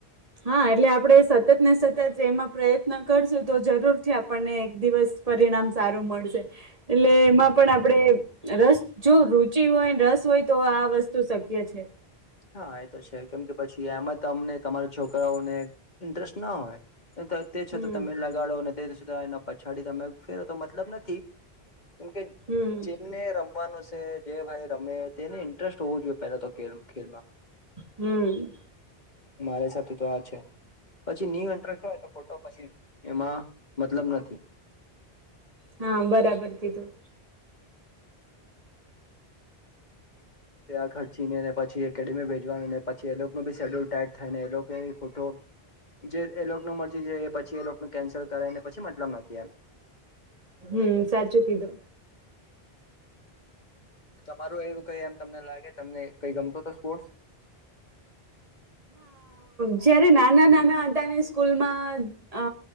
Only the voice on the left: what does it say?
હા એ તો છે કેમ કે પછી એમાં તમને તમારા છોકરાઓને ઇન્ટરેસ્ટ ના હોય તે છ
તો તમે લગાડો <unintelligible> પછાડી તમે ફેરો તો મતલબ નથી કેમકે
જેમને રમવાનું છે જે ભાઈ રમે તેને ઇન્ટરેસ્ટ હોવું જો પેલા તો ખેલ ખેલમાં
મારા હિસાબથી તો આ છે. પછી ન્યુ એન્ટરસ્ટ હોય તો ખોટો પછી એમાં મતલબ નથી
ત્યાં ખર્ચીને ને પછી એકેડેમી ભેજવાનીને પછી એ લોકનુ બી શેડ્યુલ ટાઈટ થાય ને એલોકેની ખોટો જે એ લોકોનુ મરજી જે એ પછી એલોકનું કેન્સલ કરે ને પછી મતલબ નથી એમ
તમારું એવું કઈ એમ તમને લાગે તમને કઈ ગમતો હતો સ્પોર્ટસ <inaudible>